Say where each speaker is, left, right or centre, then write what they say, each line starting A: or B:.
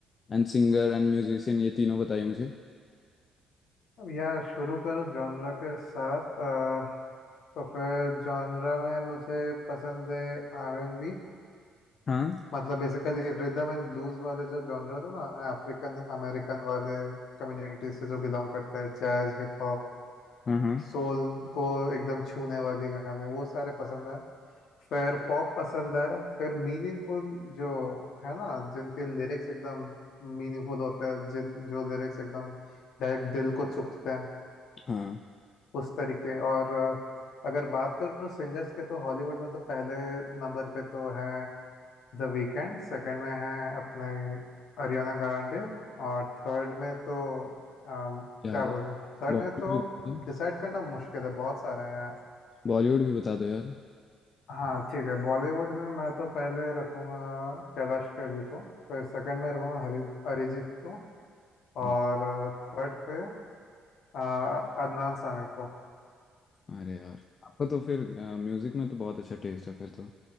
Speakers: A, on the left (about 45°); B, on the left (about 70°).
A: and singer and musician ये तीनों बताइए मुझे
B: अब यार शुरू करो जॉनरा के साथ अ, तो फिर जॉनरा में मुझे पसंद है आर एन बी
A: हाँ
B: मतलब बेसिकली रिदम एंड ब्लूज वाले जो जॉनरा होते हैं ना अफ्रीकन अमेरिकन वाले कम्युनिटी से जो बिलोंग करते हैं जैज हिप हॉप
A: हाँ हाँ
B: सोल को एकदम छूने वाली गाने वो सारे पसंद है फिर पॉप पसंद है फिर मीनिंगफुल जो है ना जिनके लिरिक्स एकदम मीनिंगफुल होते हैं जिन जो लिरिक्स एकदम डायरेक्ट दिल को चुभते हैं
A: हाँ
B: उस तरीके और अ, अगर बात करूँ सिंगर्स के तो हॉलीवुड में तो पहले नंबर पे तो है द वीकेंड सेकंड में है अपने अरियाना ग्रांडे और थर्ड में तो अम,
A: यार
B: क्या बोलूँ थर्ड
A: बॉलीवुड
B: में तो डिसाइड करना मुश्किल है बहुत सारे हैं
A: बॉलीवुड भी बता दो यार
B: हाँ ठीक है बॉलीवुड में मैं तो पहले रखूँगा कैलाश खेर जी को फिर सेकंड में रखूँगा हरि अरिजीत को
A: हाँ,
B: और थर्ड पे अ, अदनान सामी को
A: अरे यार आपका तो फिर म्यूजिक में तो बहुत अच्छा टेस्ट है फिर तो